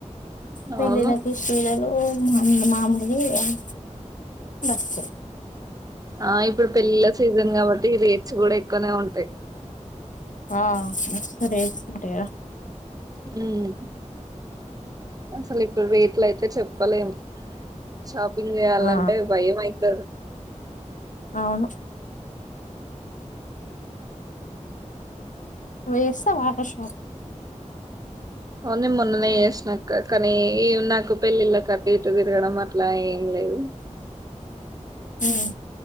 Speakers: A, on the left; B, on the right.
A: పెళ్ళిళ్ళకి
B: అవును
A: చీరలు మా మాములు అది డ్రెస్సు
B: ఆ ఇప్పుడు పెళ్ళిళ సీజన్ కాబట్టి రేట్స్ కూడా ఎక్కువనే ఉంటాయి
A: ఆ మస్తు రేట్స్ ఉంటాయి రా
B: హ్మ్ అసలు ఇప్పుడు రేట్లు అయితే చెప్పలేం! షాప్ బిల్లు చేయాలంటే
A: ఆ
B: భయం అయితాద్
A: అవును! నువ్వు చేస్తావా రా షాపింగ్
B: నేను మొన్ననే చేసినా అక్క కానీ నాకు పెళ్లిలకు అటు ఇటు తిరగడం అట్లా ఏం లేదు
A: ఉమ్